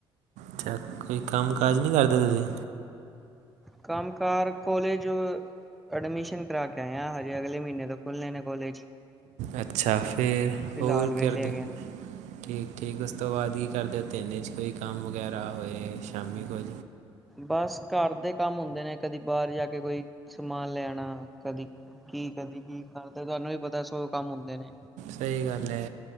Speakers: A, on the right (about 65°); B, in the centre.
A: ਅੱਛਾ, ਕੋਈ ਕੰਮ-ਕਾਜ ਨਈ ਕਰਦੇ ਤੁਸੀ?
B: ਕੰਮ ਕਾਰ ਕੋਲੇਜ ਅਡਮਿਸ਼ਨ ਕਰਾ ਕੇ ਆਏਆ ਹਜੇ ਅਗਲੇ ਮੀਨੇ ਤੋਂ ਖੁੱਲਣੇ ਨੇ ਕੋਲੇਜ।
A: ਅੱਛਾ ਫੇਰ
B: ਫਿਲਹਾਲ
A: ਹੋਰ
B: ਵਿਹਲੇ
A: ਕੀਰਦੇ?
B: ਹੈਗੇ ਆ।
A: ਠੀਕ ਠੀਕ ੳਸ ਤੋਂ ਬਾਦ ਕੀ ਕਰਦੇ ੳ ਦਿਨ ਚ ਕੋਈ ਕੰਮ ਵਗੈਰਾ ਹੋਏ ਸ਼ਾਮੀ ਕੁਝ
B: ਬਸ ਘਰ ਦੇ ਕੰਮ ਹੁੰਦੇ ਨੇ ਕਦੀ ਬਾਹਰ ਜਾ ਕੇ ਕੋਈ ਸਮਾਨ ਲੈ ਆਨਾ, ਕਦੀ ਕੀ ਕਦੀ ਕੀ ਕਰਦੇ, ਤਾਨੂੰ ਵੀ ਪਤਾ ਸੌ ਕੰਮ ਹੁੰਦੇ ਨੇ
A: ਸਹੀ ਗੱਲ ਐ।